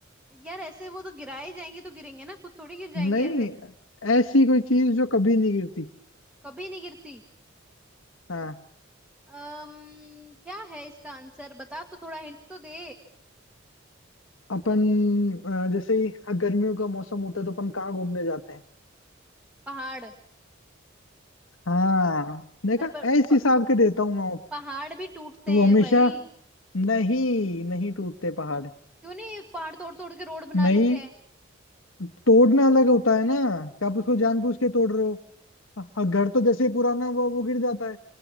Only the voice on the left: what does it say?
नहीं
ऐसी कोई चीज जो कभी नहीं गिरती
हाँ
अपन अ, जैसे ही हाँ, गर्मियों का मौसम होता है तो अपन कहाँ घूमने जाते हैं
हाँ देखा
ऐसे
हिसाब के देता हूँ मैं वो।
तो वो
हमेशा
नहीं नहीं टूटते पहाड़
नहीं
तोड़ना अलग होता है ना क्या आप उसको जानबूझ के तोड़ रहे हो हाँ, घर तो जैसे ही पुराना हुआ वो गिर जाता है